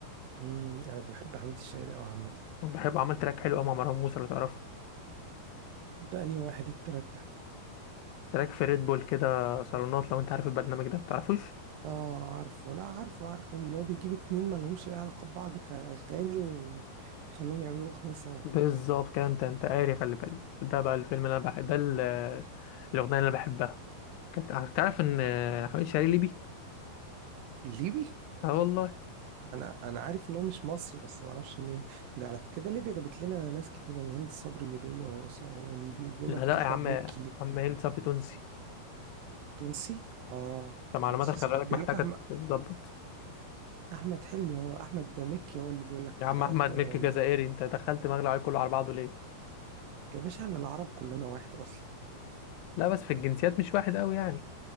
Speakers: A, on the right; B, on the left.
A: امم انا بحب حمدي الشاعري قوي عامه
B: بحب عمل تراك حلو قوي مع مروان موسى لو تعرفه
A: ده انهي واحد التراك ده
B: تراك في ريد بول كده صالونات لو انت عارف البرنامج ده تعرفوش
A: اه عارفه لا عارفه عارفه اللي هو بيجيب اتنين مالهمش اي علاقة ببعض كأغاني ويخليهم يعملوا أغنية سوا
B: بالظبط كده انت انت قاري خلي بالك ده بقى الفيلم اللي انا بحب ده ال- الاغنيه اللي انا بحبها كانت هتعرف ان حميد شاعري ليبي
A: الليبي
B: اه والله
A: انا انا عارف ان هو مش مصري بس ما اعرفش منين ده على كده ليبيا جابت لنا ناس كتير ان هند صبري ليبية وهو ص- هو ليبي وبيقول
B: لا
A: لك
B: لا
A: احمد
B: يا عم
A: مكي ليه
B: عم هند صبري تونسي
A: تونسي اه
B: انت معلوماتك
A: تونسي
B: خلي
A: صح
B: بالك
A: بيقول
B: محتاجه
A: لك احمد
B: تتظبط
A: احمد حلمي هو احمد ده مكي هو اللي بيقول لك
B: يا عم
A: آه،
B: احمد
A: تو-
B: مكي
A: آه، ليبي.
B: جزائري انت دخلت مغلى عليه كله على بعضه ليه
A: يا باشا احنا العرب كلنا واحد اصلا
B: لا بس في الجنسيات مش واحد قوي يعني